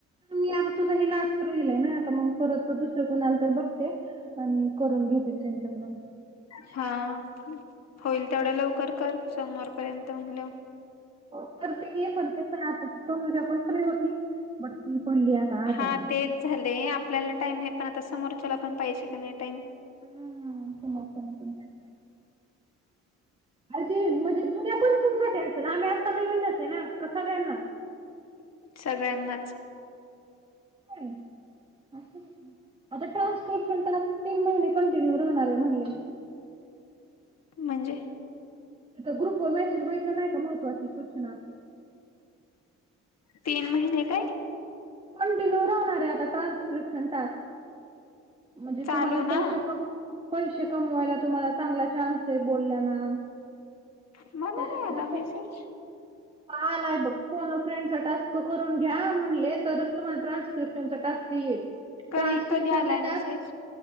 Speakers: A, on the right; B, on the left.
A: मी आता तुझं हे लास्ट राहिलयं ना आता मग परत दुसरं कोणाला तर बघते आणि करून घेते त्यांच्याकडून.
B: हां होईल तेवढ्या लवकर कर सोमवार पर्यंत म्हणल्यावर.
A: हो करतीये की करतेच आहे आता तनुजा पण फ्री होती बट ती पडलीये आता. आजारी.
B: हां तेच झालंय आपल्याला टाईम आहे पण आता समोरच्याला पण पाहिजे का नाही टाईम
A: हम्म समोरच्याला पण टाईम पाहिजे. अरे ते म्हणजे जुन्या पर्सनसाठी असेल आम्ही आत्ता नवीनच आहे ना का सगळ्यांनाच?
B: सगळ्यांनाच.
A: होय अस कसं आता ट्रान्स्क्रिप्शन टास्क तीन महिने कंटिन्यू राहणार म्हणले.
B: म्हणजे?
A: तिथं ग्रुप वर मेसेज बघितला नाही का महत्त्वाची सूचना?
B: तीन महिने काय?
A: कंटिन्यू राहणार आहे आता ट्रान्स्क्रिप्शन टास्क. म्हणजे
B: चालू
A: तुम्हाला
B: ना
A: पैसे पैसे कमवायला तुम्हाला चांगला चान्स ते बोलल्या मॅम
B: मला
A: त्याच्यासाठी
B: नाही आला
A: खूप
B: मेसेज
A: आलाय बघ फोन व फ्रेंडचा टास्क करून घ्या म्हणले तरच तुम्हाला ट्रान्स्क्रिप्शनचा टास्क येईल.
B: कधी
A: ट्रान्सक्रिप्शनचे
B: कधी आलाय मेसेज?
A: टास्क